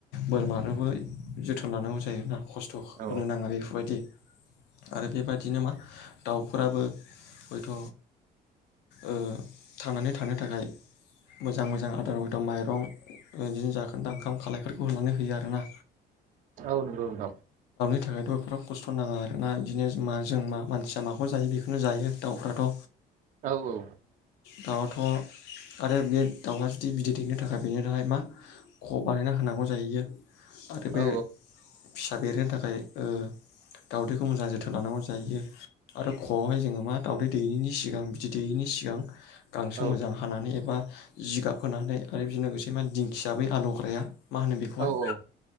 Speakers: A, on the left; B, on the right.
A: बोरमानोबो जोथोन। थोन लानांगौ जायोोना। खस्थ' हो
B: औ
A: होनो नाङो बेफोर बायदि आरो बेबादिनो मा? दाउ फोराबो हयथ' ओ थांनानै थानो थाखाय मोजां मोजां आदार हइथ' माइरं बिदिनो जाखोन दा ओंखाम खालाय फोरखौ होनानै होयो आरोना।
B: औ नंगौ नोंथां।
A: बिनि थाखायथ' एफाग्राब खस्थ' नाङा आर ना बिदिनो जो मा जों मा मानसिया माखौ जायो बेखौनो जायो दाउफ्राथ'
B: औ औ।
A: दाउ आथ' आरो बे दाउआ जुदि बिदै दैनो थाखाय बेनो थाखाय मा ख बानायना होनांगौ जाहैयो। आरो बे
B: औ
A: फिसा बेरहोनो थाखाय ओ दाउदैखौ मोजां जोथोन लानांगौ जा यो आरो ख'आव हाय जोङो मा दाावदै दैैयिनि सिगां बिदै दैैयैनि सिगां गांसो
B: औ
A: मोजां हानानै एबा जिगाब होनानै आरो बेजों लोगोसे माने दिंखिया बै आलौग्राया मा होनो बेखौहाय
B: औ औ